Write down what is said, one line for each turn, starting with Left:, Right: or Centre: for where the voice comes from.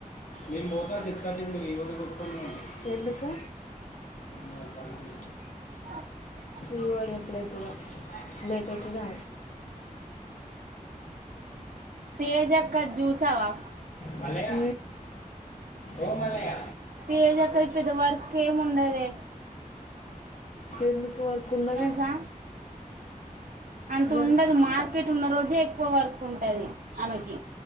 Left: నేను పోత సిక్స్ తర్టీ కీ నువ్ లీవ్ పెట్టుకొని రా ఎందుకు నాకు పని ఉంది
Right: <inaudible>
Left: ఇ వాడి ఎప్పుడు అవుతాదో లేట్ అవుతుదా
Right: తేజ్ అక్క ది జూసావా
Left: మల్లయ్య ఓ మల్లయ్య
Right: తేజక్కది పెద్ద వర్క్ ఏం ఉండదే
Left: ఎందుకు వర్కు కుండదు
Right: తెలుసా అంత
Left: వర్క్
Right: ఉండదు మార్కెట్ ఉన్న రోజే ఎక్కువ వర్క్ ఉంటది ఆమెకి